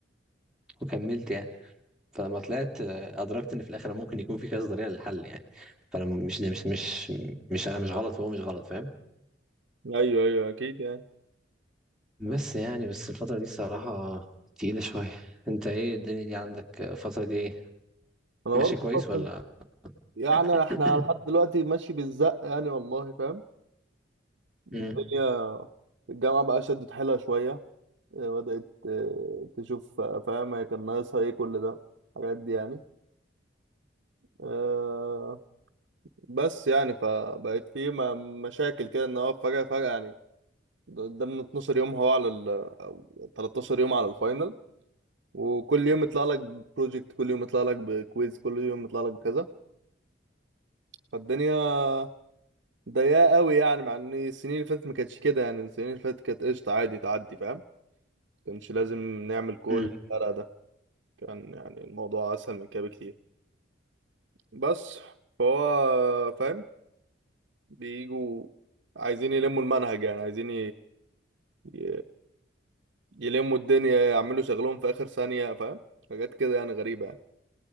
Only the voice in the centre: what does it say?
وكملت يعني فلما طلعت آه، ادركت ان في الاخر ممكن يكون في كذا طريقه للحل يعني فانا مش مش مش مش انا مش غلط وهو مش غلط فاهم
بس يعني بس الفتره دي الصراحه تقيله شويه انت ايه الدنيا دي عندك آه، الفتره دي ايه
ماشي
كويس
ولا
<clears throat>
امم
امم